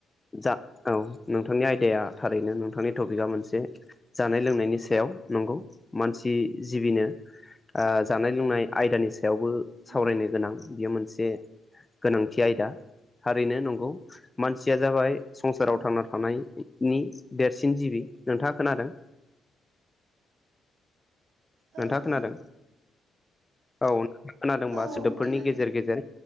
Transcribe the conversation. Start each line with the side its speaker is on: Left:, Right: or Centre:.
Left: जा औ नोंथांनि आयदाया थारैनो नोंथांनि टपिकआ मोनसे जानाय- लोंनायनि सायाव नंगौ मानसि जिबिनो ओ जानाय लोंनाय आयदानि सायावबो सावरायनो
Right: उम
Left: गोनां। बियो मोनसे गोनांथि आयदा। थारैनो नंगौ मानसिया जाबाय संसाराव
Right: औ
Left: थांना थानायनायनि देरसिन जिबि नोंथाङा खोनादों?
Right: औ
Left: नोंथाङा खोनादों?
Right: औ
Left: औ नोंथाङा खोनादोंबा
Right: औ
Left: सोदोबफोरनि
Right: औ खोनादों
Left: गेजेर - गेजेर